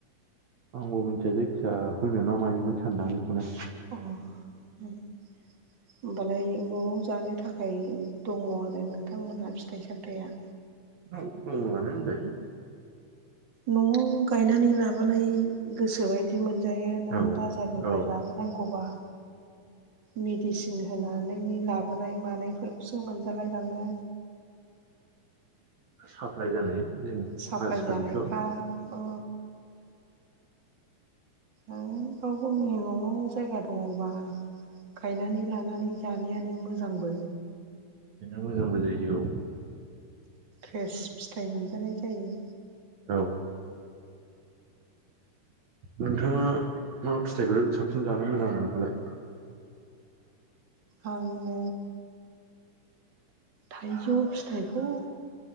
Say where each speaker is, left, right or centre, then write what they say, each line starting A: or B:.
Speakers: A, on the right (about 60°); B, on the right (about 35°).
A: आंबो मिथिया जायखिजाया होनो ना मायोमोन सानदों आं बेखौनो।
B: अ उम होमबालाय न'आव जानो थाखाय दङ आरो नोंथांमोनहा फिथाइ सामथाइया
A: ओ दङआनो होनजायो।
B: न'आव गायनानै लाबालाय गोसोबायदि मोन मोनजायो नों
A: औ
B: बाजारनिफ्राय
A: औ
B: लाबोनांगौबा मेडिसिन होनानै लाबोनाय मानायफोरखौसो मोनजालाय लाङो
A: साप्लााय जानाय जों
B: साप्लाय
A: आजिखालिथ'
B: जानायफ्रा अ औ गाव गावनि न'आव जायगा दङबा गायनानै लानानै जानायानो मोजांबो
A: मोजांबो जायो औ
B: फ्रेस फिथाइ मोनजानाय जायो।
A: औ नोंथाङा मा फिथाइखौ साबसिन जानो मोजां मोनो फालाय
B: आङो थाइजौ फिथाइखौ